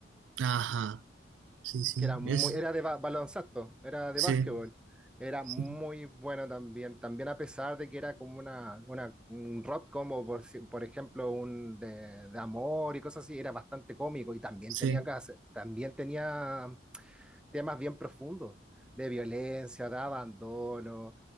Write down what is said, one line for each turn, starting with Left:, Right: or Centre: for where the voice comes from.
Right: ajá, sí, sí,
Centre: que era muy,
Right: es,
Centre: era de ba- baloncesto, era de
Right: sí,
Centre: básquetbol. Era
Right: sí,
Centre: muy bueno también, también a pesar de que era como una, una- un rock como por, si- por ejemplo un de, de amor y cosas así, era bastante cómico y también
Right: sí,
Centre: tenía, cas- también tenía temas bien profundos, de violencia, de abandono,